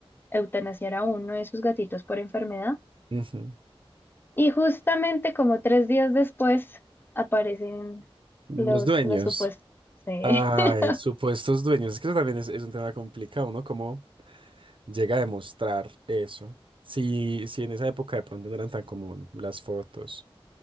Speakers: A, on the left; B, on the right.
A: eutanasiar a uno de sus gatitos por enfermedad.
B: ujú.
A: Y justamente como tres días después aparecen
B: Los
A: los,
B: dueños.
A: los supuestos. Sí.
B: Ay,
A: <laughs>
B: supuestos dueños. Es que eso también es, es un tema complicado, ¿no? ¿Cómo llega a demostrar eso? Si, si en esa época de pronto no eran tan común las fotos